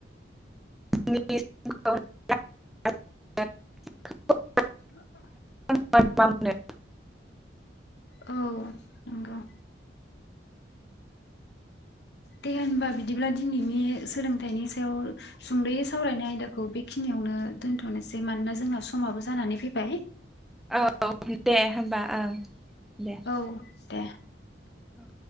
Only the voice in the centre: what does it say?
<unintelligible>
<unintelligible>
औ दे होमबा ओं दे
औ